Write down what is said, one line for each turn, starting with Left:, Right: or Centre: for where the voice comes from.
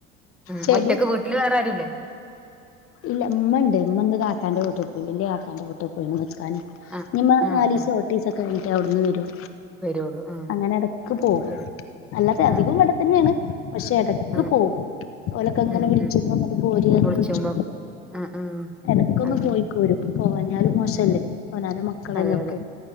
Centre: ഉം
Left: ചെടി
Centre: ഒറ്റക്ക് വീട്ടില് വേറാരുല്ലേ.
Left: ഇല്ല ഇമ്മണ്ട് ഇമ്മ ഇന്ന് കാക്കാന്റെ വീട്ടി പോയി വല്യ കാക്കാന്റെ വീട്ട. നിക്കാൻ
Centre: ആഹ്
Left: ഇനിമ്മ
Centre: ആഹ്
Left: നാലീസ
Centre: ആഹ്
Left: എട്ടീസൊക്കെ കഴിഞ്ഞിട്ട് അവിടുന്ന് വരും.
Centre: വരുള്ളൂ ആഹ്
Left: അങ്ങനെ എടക്ക് പോകും.
Centre: അത് ശരി
Left: അല്ലാതെ അധികും
Centre: ആഹ്
Left: ഇവിടെ
Centre: ആഹ്
Left: തന്നെയാണ് പക്ഷെ എടക്ക്
Centre: ആഹ്
Left: പോകും. ഓലൊക്കെ അങ്ങനെ
Centre: ഉം
Left: വിളിച്ചു
Centre: ഉം
Left: പോരിന്ന്
Centre: വിളിച്ചുമ്പോ
Left: വിളിച്ചു.
Centre: ആഹ് ആഹ്
Left: എടക്കൊന്ന്
Centre: അങ്ങനെ
Left: പോയി പോരും പോവാഞ്ഞാലും മോശല്ലേ
Centre: ഉം
Left: അവനന്റെ മക്കളെലെ
Centre: അതെ
Left: ഒക്കെ.
Centre: അതെ